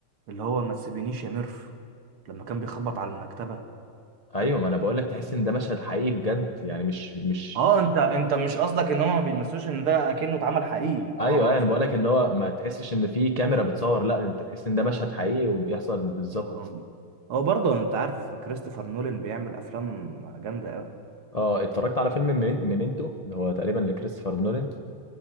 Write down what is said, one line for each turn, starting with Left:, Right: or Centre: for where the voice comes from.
Right: اللي هو ما تسيبينيش يا ميرف لما كان بيخبط على المكتبة
Left: أيوه ما أنا بقول لك تحس إن ده مشهد حقيقي بجد يعني مش مش
Right: اه انت انت مش قصدك ان هما ما بيمثلوش ان ده اكنه اتعمل حقيقي اه
Left: ايوه ايوه
Right: اه
Left: انا
Right: فاهم.
Left: بقول لك ان هو ما تحسش ان في كاميرا بتصور لا انت تحس ان ده مشهد حقيقي وبيحصل بالظبط
Right: آم، هو برضه انت عارف كريستوفر نولان بيعمل افلام جامدة اوي
Left: اه اتفرجت على فيلم ميمين- ميمنتو اللي هو تقريبا لكريستوفر نولان